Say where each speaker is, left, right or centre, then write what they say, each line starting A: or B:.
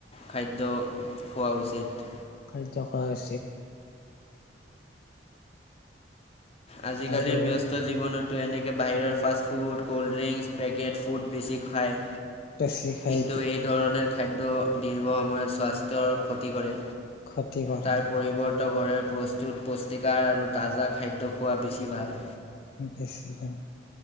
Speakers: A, on the left (about 35°); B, on the left (about 55°).
A: খাদ্য খোৱা উচিত।
B: খাদ্য খোৱা উচিত।
A: আজিকালিৰ
B: আৰু
A: ব্যস্ত। যষ্ট জীৱনতো এনেকৈ বাহিৰৰ fast food cold drinks packet food বেছি খায়।
B: বেছি খাই
A: কিন্তু এই ধৰণৰ খাদ্য দীৰ্ঘসময়ত স্বাস্থ্যৰ ক্ষতি কৰে।
B: ক্ষতি কৰে
A: তাৰ পৰিৱৰ্ত কৰে প্ৰ। টোত পুষ্টিকাৰ আৰু তাজা খাদ্য খোৱা বেছি ভাল।
B: বেছি ভাগ।